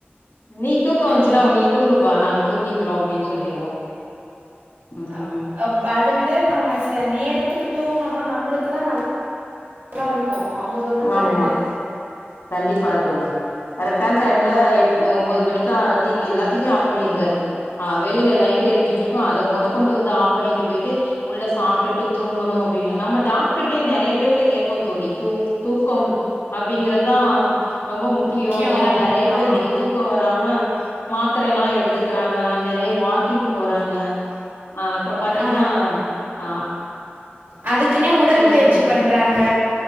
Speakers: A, on the left; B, on the right.
A: நீ தூக்க வன்ச்சுனா
B: ஏ,
A: நீ தூங்குப்பா நாங்க தூங்கிக்கிறோ அப்டின் சொல்லிருவோ ம்
B: அப்-
A: ம்
B: அப் அத விட நம்ம ச நேரத்துக்கு தூங்குனொன்னா நம்ளுக்குதா நல்ல தாருக்கு அவுங்க சொல்றது
A: ஆமா
B: கரெட்டு
A: கண்டிப்பா தோழி கரெக்ட்டான் டைம்ல எட் ன ஒம்பொது மணிக்லா டி வி எல்லா திமே ஆஃப் பண்ணிருவாரு ஆ வெளில லை ட்டு எரிஞ்சிட்ருக்கு அத மொதகொண்டு வந்து ஆஃப் பண்ணிட்டு போயிட்டு உள்ள சாப்ட்டுட்டு தூங்கணு அப்டின்னு நம்ம டாக்டர்யே நெறைய பேர்ட கேப்போ தோழி தூக்கம் அப்டிங்கிறதா ரொம்ப முக்கியோ
B: முக்கியம்
A: ஏனா நெறைய பேர்
B: ஆமா
A: இன்னிக்கி தூக்க வராம மாத்திரைல்லா எடுத்துக்குறாங்க நெறைய வாக்கிங் போறாங்க ஆ அப்றோ பாத்தீங்கன்னா
B: அ
A: ஆ
B: அதுக்குன்னே உடல்
A: சொல்லுங்க
B: பயிற்சி
A: தோழி
B: பண்றாங்க